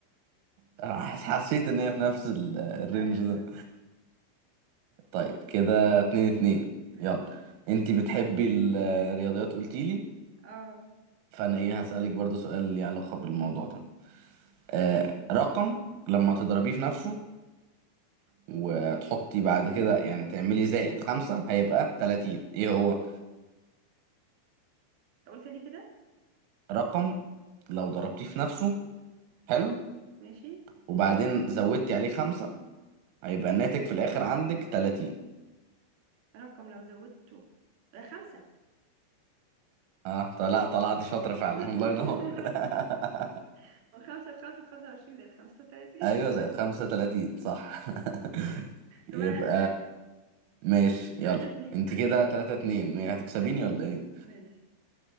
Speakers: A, on the right; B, on the right.
A: <laughs> حسيت ان هي في نفس ال- الرينج
B: <laughs> أيوة
A: ده
B: صح
A: طيب كده اتنين اتنين
B: ماشي
A: يلا انتي بتحبي الرياضيات قلتيلي
B: اه
A: فانا ايه هسألك برضو سؤال ليه علاقة بالموضوع ده آه رقم لما تضربيه في نفسه وتحطي بعد كده يعني تعملي زائد خمسة هيبقى تلاتين ايه هو
B: قلت لي كده
A: رقم لو ضربتيه في نفسه حلو
B: ماشي
A: وبعدين زودتي عليه خمسة هيبقى الناتج في الآخر عندك تلاتين
B: رقم لو زودته آه، خمسة
A: اه طلع طلعتي شاطرة فعلا
B: <laughs>
A: الله ينور <laughs>
B: خمسة في خمسة في خمسة وعشرين زائد خمسة وتلاتين
A: ايوه زائد 35 صح
B: <laughs>
A: <laughs>
B: طب
A: يبقى
B: أنا هسألك
A: ماشي يلا
B: تلاتة اتنين
A: انت كده 3 2 هتكسبيني
B: طيب
A: ولا ايه
B: ماشي